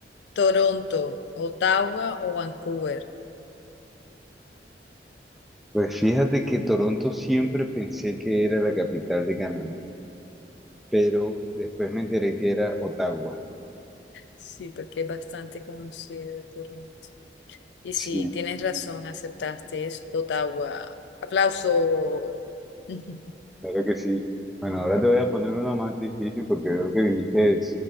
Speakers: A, on the left (about 85°); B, in the centre.
A: ¿Toronto, Ottawa o Vancouver?
B: Pues fíjate que Toronto siempre pensé que era la capital de Canadá, pero después me enteré que era Ottawa.
A: Sí, porque es bastante conocido Toronto. Y
B: Sí,
A: sí, tienes razón, aceptaste, es Ottawa. Aplauso. <laughs>
B: claro que sí. Bueno, ahora te voy a poner una más difícil porque veo que viniste